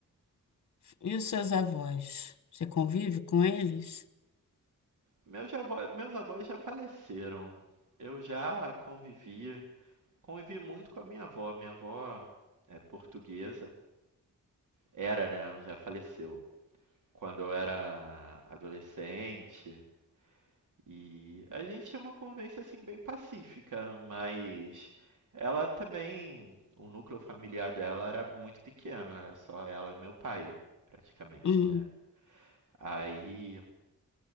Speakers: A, on the left (about 60°); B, on the right (about 70°).
A: e os seus avós? Você convive com eles?
B: Meus avós, meus avós já faleceram. Eu já convivi, convivi muito com a minha avó. Minha avó é portuguesa. Era, né? Já faleceu. Quando eu era adolescente, E a gente tinha uma convivência assim bem pacífica, mas ela também, o núcleo familiar dela era muito pequeno, era só ela e meu pai, praticamente,
A: Hum,
B: né? Aí